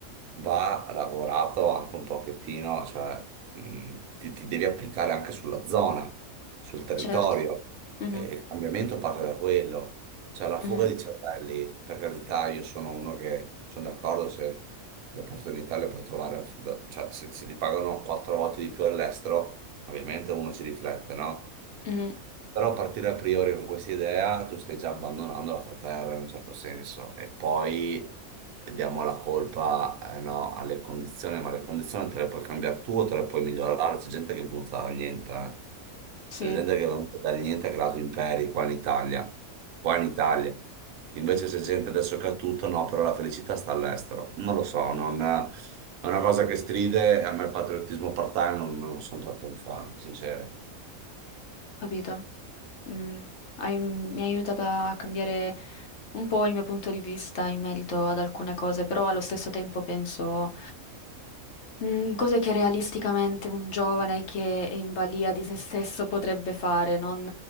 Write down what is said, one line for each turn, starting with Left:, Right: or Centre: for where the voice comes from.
Right: va lavorato anche un pochettino, cioè mh, ti, ti devi applicare anche sulla zona, sul territorio.
Left: certo, mhm,
Right: E il cambiamento parte da quello. Cioè la
Left: mhm,
Right: fuga di cervelli, per carità, io sono uno che sono d'accordo se le opportunità le puoi trovare, al- da- cioè se, se ti pagano quattro volte di più all'estero, ovviamente uno ci riflette, no?
Left: mhm,
Right: Però partire a priori con questa idea, tu stai già abbandonando la tua terra in un certo senso e poi diamo la colpa, eh, no, alle condizioni, ma le condizioni te le puoi cambiare tu o te le puoi migliorare. C'è gente che è venuta dal niente, eh.
Left: sì,
Right: C'è gente che è venuta dal niente e ha creato imperi qua in Italia, qua in Italia. Invece c'è gente adesso che ha tutto, no, però la felicità sta all'estero. Non lo so, non è una cosa che stride, a me il patriottismo part-time non, non sono troppo un fan, sincero.
Left: Capito? Mm, hai- mi hai aiutato a cambiare un po' il mio punto di vista in merito ad alcune cose, però allo stesso tempo penso mm, cose che realisticamente un giovane che è in balia di se stesso potrebbe fare. non,